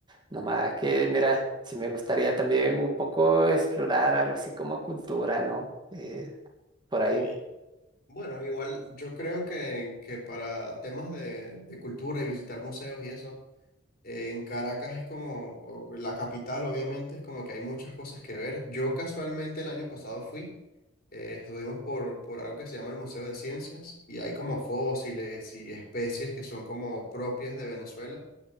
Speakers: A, on the right; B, on the left.
A: nomás que, mira, si me gustaría también un poco explorar algo así como cultura, ¿no? Eh, por ahí.
B: eh, bueno, igual yo creo que, que para temas de, de cultura y visitar museos y eso, Eh, En Caracas es como, o- la capital obviamente es como que hay muchas cosas que ver. Yo casualmente el año pasado fui, eh, estuvimos por, por algo que se llama el Museo de Ciencias y hay como fósiles y especies que son como propias de Venezuela.